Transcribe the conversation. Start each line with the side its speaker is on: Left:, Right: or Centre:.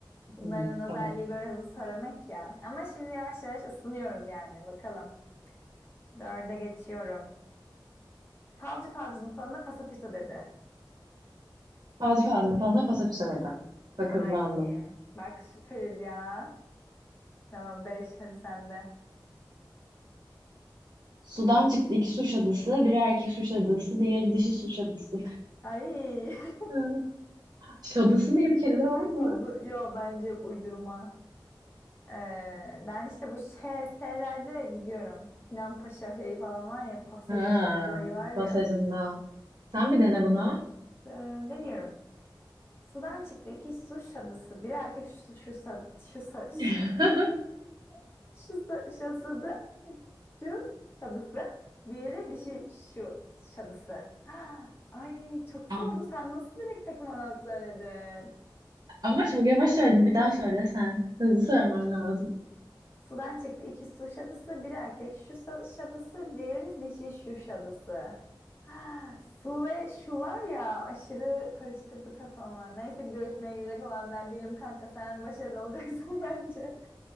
Left: Bunların
Right: Hmm, tamam.
Left: özelliği böyle hızlı söylemek ya. Ama şimdi yavaş yavaş ısınıyoruz yani. Bakalım. Dörde geçiyorum. Falcı falcının falında pasapito dedi.
Right: Fazla fazla falan da fasa fasa dedi. Bak
Left: Gayet
Right: hızlandım.
Left: iyi. Bak süperiz ya. Tamam beş hadi sen de.
Right: Sudan çıktı iki su şadısı, biri erkek su şadısı, diğeri dişi su şadısı.
Left: Ay. <laughs>
Right: <laughs> Ha, Şadısı diye bir kelime var mı?
Left: Adı, yo bence yok uydurma. Ee, ben işte bu şey, şeylerde gidiyorum. Sinan Paşa şeyi falan var ya pasajı
Right: Ha,
Left: olayı var ya.
Right: pasajında. Sen bir dene bunu.
Left: Ee, deniyorum. Sudan çıktı iki su şadısı. Biri erkek şu, şu, sa- şu, sa-
Right: <laughs>
Left: <laughs> şu, sa- şadısı, şu şadısı. Diğeri dişi şu şadısı. <gasps> Ay çok
Right: Ama
Left: zordu. Sen nasıl direkt takılmadan söyledin?
Right: ama çok yavaş söyledim. Bir daha söyle sen. Hızlı söylemen lazım.
Left: Sudan çıktı iki su şadısı. Biri erkek şu sa- şadısı. Diğeri dişi şu şadısı. <gasps> Ha, Su ve şu var ya aşırı karıştırdı kafamı. Neyse görüşmeye girecek olan ben değilim kanka. Sen başarılı olacaksın <laughs> bence.